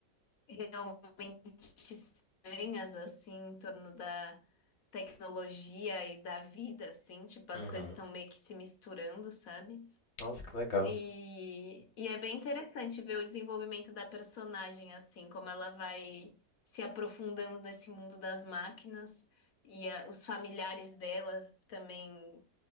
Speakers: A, on the left; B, on the left.
A: realmente estranhas, assim, em torno da tecnologia e da vida, assim, tipo, as
B: Uhum.
A: coisas estão meio que se misturando, sabe?
B: Nossa, que legal.
A: E, e é bem interessante ver o desenvolvimento da personagem, assim, como ela vai se aprofundando nesse mundo das máquinas e a- os familiares dela também